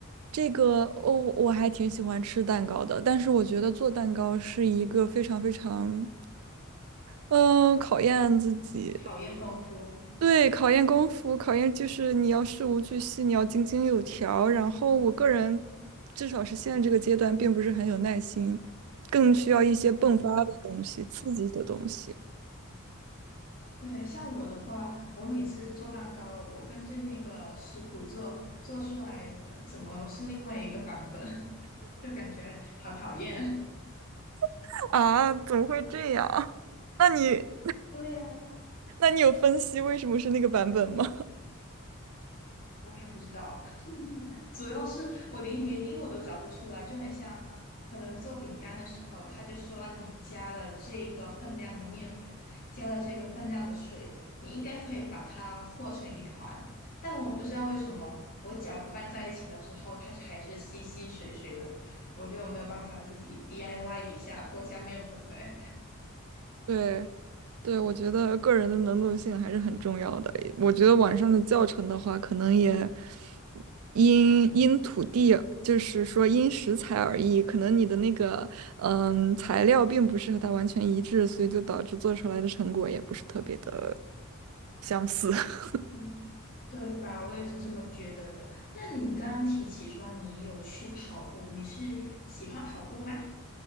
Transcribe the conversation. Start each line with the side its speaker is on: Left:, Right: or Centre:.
Right: 这个哦，我还挺喜欢吃蛋糕的，但是我觉得做蛋糕是一个非常非常，嗯，考验自己，
Left: 讨厌功夫，
Right: 对，考验功夫，考验就是你要事无巨细，你要井井有条。然后我个人，至少是现在这个阶段，并不是很有耐心，更需要一些迸发的东西，刺激的东西。
Left: 对，像我的话，我每次做蛋糕，我跟着那个食谱做，做出来，呃，怎么是另外一个版本，<laughs> 就感觉好讨厌。
Right: <laughs> 啊，怎么会这样？<laughs> 那你，
Left: <laughs> 对呀，
Right: 那你有分析为什么是那个版本吗？
Left: 我也不知道。主要是我连原因我都找不出来，就很像可能做饼干的时候，他就说你加了这个分量的面粉，加了这个分量的水，你应该可以把它和成一团。但我不知道为什么，我搅拌在一起了之后，它还是稀稀水水的，我就没有办法自己 DIY 一下，多加面粉呗。
Right: 对，对，我觉得个人的能动性还是很重要的。我觉得网上的教程的话，可能也因因土地，就是说因食材而异，可能你的那个嗯材料并不是和它完全一致，所以就导致做出来的成果也不是特别的相似。<laughs>
Left: 嗯，对吧？我也是这么觉得的。那你刚刚提起说你有去跑步，你是喜欢跑步吗？